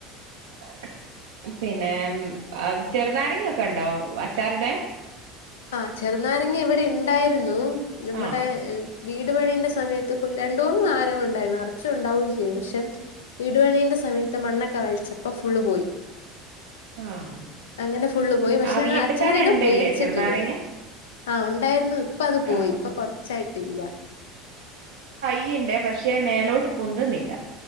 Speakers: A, on the right; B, on the left.
A: ആഹ് പിന്നെം ആഹ് ചെറുനാരങ്ങൊക്കെ ഉണ്ടോ അച്ചാറിടെ
B: ആഹ് ചെറുനാരങ്ങ ഇവിടെണ്ടായിരുന്നു ഞമ്മുടെ
A: ആഹ്
B: വീട് പണീന്റെ സമയത്ത് ഫുൾ രണ്ടൂന്ന് നാരങ്ങുണ്ടാരുന്നു നെറച്ചും ഉണ്ടാവും ചെയ്യും പക്ഷേ വീടു പണീന്റെ സമയത്ത് മണ്ണൊക്കെ വലിച്ചപ്പോ ഫുള്ള് പോയി
A: ആഹ്
B: അങ്ങനെ ഫുള്ള് പോയി പക്ഷേ
A: ആഹ്
B: ഞങ്ങള്
A: വീട്ടിൽ
B: അച്ചാറിടും
A: തന്നെ ഉണ്ടല്ലേ
B: മേടിച്ചിട്ടിടും
A: ചെറുനാരങ്ങ
B: ആഹ് ഒണ്ടായിരുന്നു ഇപ്പ അത് പോയി
A: ആഹ്
B: ഇപ്പ കൊറച്ചായിട്ടില്ല
A: ക്കിണ്ടേ പക്ഷേ മേലോട്ട് പൊന്തുന്നില്ല